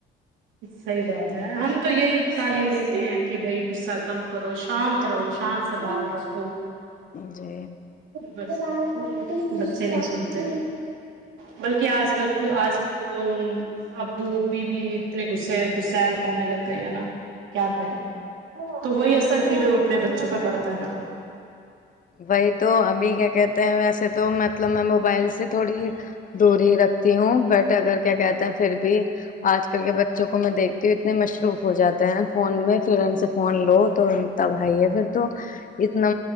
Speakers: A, on the right; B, on the left.
A: صحی بات ہے ہم تو یہ تعلیم دیتے ہیں کہ بھائی غصہ کم کرو شانت رہو شانت سبھا رکھو
B: جی
A: بس بچے نہیں سنتے بلکہ آج کل <unintelligible> تو آج کل تو تو ابو ابھی بھی اتنے گسے گسل ہونے لگ گئے ہے نا کیا کہیں تو وہی اثر پھر اپنے بچوں پر پڑتا ہے نا
B: بائی تو اھی کیا کہ ویسے تو مطلب میں موبائل سے تھوڑی دوری رکھتی ہوں بٹ اگر کیا کہتے پھر بھی آج کل کے بچے جوک میں دیک تو اتنے مصروف ہو جاتے ہیں فون میں پھر ان سے فون لو تو تب آ ہی ہے پھر تو اتنا